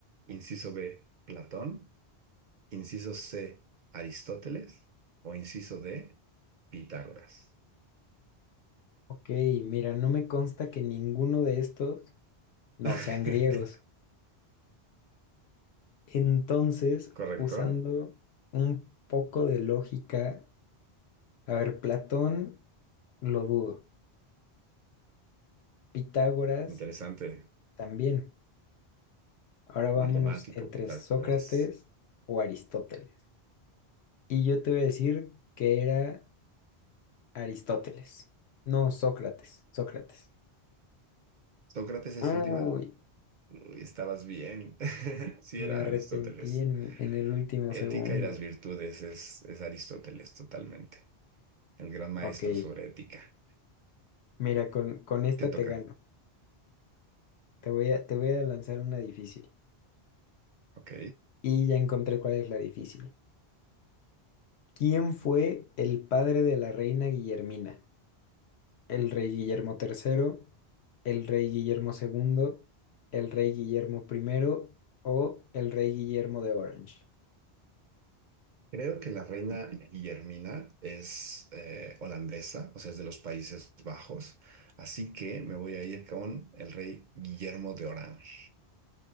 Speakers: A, on the right; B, on the left.
A: Inciso B, Platón. Inciso C, Aristóteles. O inciso D, Pitágoras.
B: Ok, mira, no me consta que ninguno de estos no
A: <laughs>
B: sean griegos. Entonces,
A: ¿Correcto?
B: usando un poco de lógica, a ver, Platón lo dudo, Pitágoras
A: Interesante.
B: también. Ahora vámonos
A: Matemático,
B: entre
A: Pitágoras.
B: Sócrates o Aristóteles. Y yo te voy a decir que era Aristóteles, no Sócrates, Sócrates.
A: ¿Sócrates es
B: Uy,
A: tu última? Uy, estabas bien. <laughs> Sí,
B: me
A: era
B: arrepentí
A: Aristóteles.
B: en, en el último
A: Ética
B: segundo.
A: y las virtudes es, es Aristóteles totalmente, el gran maestro
B: Ok,
A: sobre ética.
B: mira, con, con esta
A: Te toca,
B: te gano. Te voy a, te voy a lanzar una difícil.
A: ok.
B: Y ya encontré cuál es la difícil. ¿Quién fue el padre de la reina Guillermina? ¿El rey Guillermo Tercero, el rey Guillermo Segundo, el rey Guillermo Primero o el rey Guillermo de Orange?
A: Creo que la reina Guillermina es eh, holandesa, o sea, es de los Países Bajos, así que me voy a ir con el rey Guillermo de Orange.